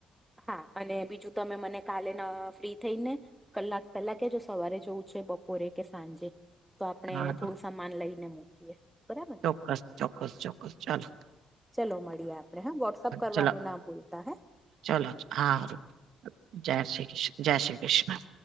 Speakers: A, in the centre; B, on the right.
A: હા અને બીજું તમે મને કાલે ન ફ્રી થઈ ને. કલાક પેલા કે જો સવારે જવું છે બપોરે કે સાંજે. તો આપણે
B: હા
A: થોડું સમાન લઈને મૂકીએ. બરાબર
B: ચોક્કસ
A: ને
B: ચોક્કસ ચોક્કસ ચાલો.
A: ચલો મળીએ આપણે હા વોટ્સઅપ કરવાનું
B: ચલો
A: ના ભૂલતા હે.
B: ચલો હા જય શ્રી કૃષ્ જય શ્રી કૃષ્ણ.